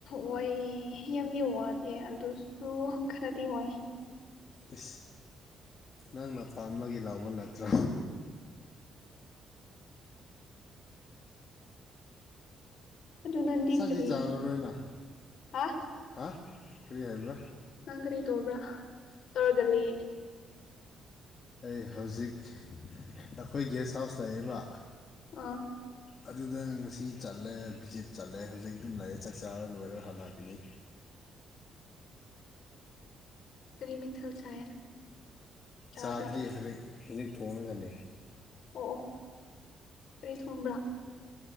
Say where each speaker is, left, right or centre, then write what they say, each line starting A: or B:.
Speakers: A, on the left (about 70°); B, on the left (about 45°).
A: ꯋꯥꯏ ꯑꯦ ꯌꯥꯝꯗꯤ ꯋꯥꯗꯦ ꯑꯗꯨꯁꯨ ꯈꯔꯗꯤ ꯋꯥꯏ
B: ꯑꯁ ꯅꯪꯅꯄꯥꯥꯝꯕꯒꯤ ꯂꯥꯎꯕ ꯅꯠꯇ꯭ꯔꯣ
A: ꯑꯗꯨ ꯑꯗꯨ ꯅꯗꯤꯤ
B: ꯆꯥꯛꯇꯤ
A: ꯀꯔꯤ
B: ꯆꯥꯔꯔꯣꯏꯅ
A: ꯍꯥꯥ
B: ꯍꯥ ꯀꯔꯤ ꯍꯥꯏꯔꯤꯕ
A: ꯅꯪ ꯀꯔꯤ ꯇꯕ꯭ꯔꯥ ꯇꯧꯔꯒꯜꯂꯤ
B: ꯑꯩ ꯍꯧꯖꯤꯛ ꯑꯩꯈꯣꯏ ꯒꯦꯁ ꯍꯥꯎꯁ ꯂꯩꯑꯦꯕ
A: ꯑ
B: ꯑꯗꯨꯗ ꯉꯁꯤ ꯆꯠꯂꯦ ꯚꯤꯖꯤꯠ ꯆꯠꯂꯦ ꯍꯧꯖꯤꯛ ꯑꯗꯨꯝ ꯂꯩꯥꯑꯦ ꯆꯥꯛ ꯆꯥꯔ ꯂꯣꯏꯔ ꯍꯜꯂꯛꯀꯦ ꯑꯗꯨꯅꯤ
A: ꯀꯔꯤꯃꯤꯊꯜ ꯆꯥꯏ ꯆꯥꯕ꯭ꯔꯥ
B: ꯆꯥꯗ꯭ꯔꯤ
A: ꯑ
B: ꯍꯧꯖꯤꯛ ꯊꯣꯡꯉꯒ ꯂꯩ
A: ꯑꯣ ꯑꯣ ꯀꯩ ꯊꯣꯡꯕ꯭ꯔꯥ